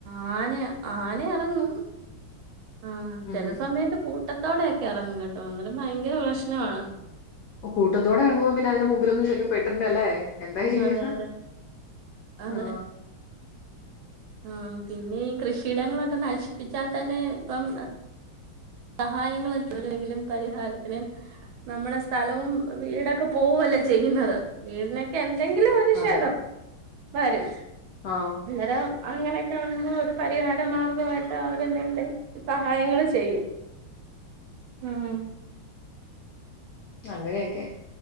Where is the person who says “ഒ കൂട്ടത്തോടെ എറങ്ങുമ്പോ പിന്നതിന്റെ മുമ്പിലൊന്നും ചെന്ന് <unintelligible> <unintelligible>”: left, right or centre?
Left